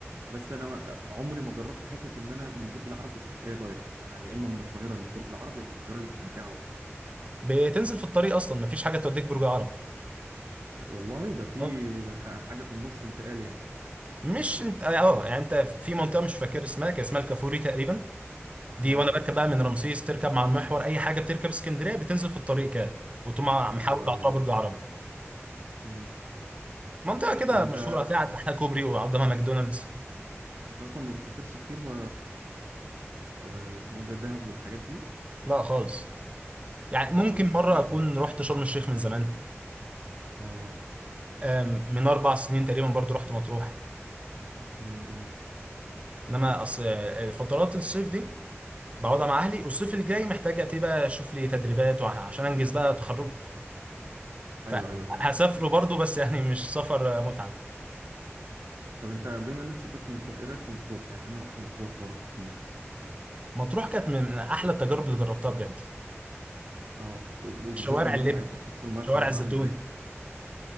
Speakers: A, on the right (about 75°); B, on the right (about 25°).
A: بس انا عمري ما جربت حته ان انا من برج العرب لاسكندريه دايركت انا يا اما من القاهره لبرج العرب يا من القاهره لاسكندريه على طول
B: بتنزل في الطريق اصلا مفيش حاجه توديك برج عرب
A: والله ده في
B: اه
A: ح- حاجه في النص انتقال يعني
B: مش انت اه آه، يعني انت في منطقه مش فاكر اسمها كان اسمها الكافوري تقريبا دي
A: اه
B: وانا بركب بقى من رمسيس تركب مع المحور اي حاجه بتركب اسكندريه بتنزل في الطريق كده وتقوم ع- محاول
A: ايوه ايوه
B: على
A: ايوه
B: برج عرب
A: امم
B: منطقه كده
A: طب انت
B: مشهوره هتلاقي تحتها كوبري وقدامها ماكدونالدز
A: انت اصلا ما بتسافرش كتير ب... ب... اسمه ده دهب والحاجات دي
B: لا خالص يعني ممكن
A: خالص بتهزر
B: مره اكون رحت شرم الشيخ من زمان
A: اه
B: آم، من اربع سنين تقريبا برضو رحت مطروح
A: امم امم.
B: انما اصل آه، فترات الصيف دي بقعدها مع اهلي والصيف الجاي محتاج ابتدي بقى اشوف لي تدريبات وعشان انجز بقى تخرج فهسافره
A: ايوه ايوه فاهم
B: برضو بس يعني مش سفر آه، متعة
A: طب انت بما انك سافرت مطروح ايه رايك في مطروح لان انا رحت مطروح برضو كتير
B: مطروح كانت من احلى التجارب اللي جربتها بجد
A: اه وبالذات
B: شوارع
A: المايه
B: اللب
A: بتاعتها شفت المايه
B: شوارع
A: بتاعتها
B: الزيتون
A: عامله ازاي